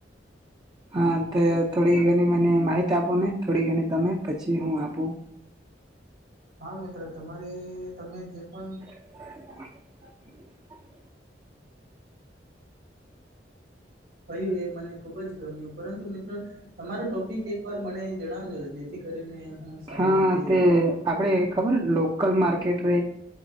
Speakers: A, on the right; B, on the right.
A: હા તે થોડી ઘણી મને માહિતી આપો ને થોડી ઘણી તમે પછી હું આપું
B: હા મિત્ર તમારે તમે જે પણ
A: <unintelligible>
B: કહ્યું એ મને ખુબ જ ગમ્યું પરંતુ મિત્રો તમારો ટોપિક એક એક વાર મને જણાવજો જેથી કરીને હું સારી
A: હા
B: રીતે
A: તે આપડે ખબર લોકલ માર્કેટ ર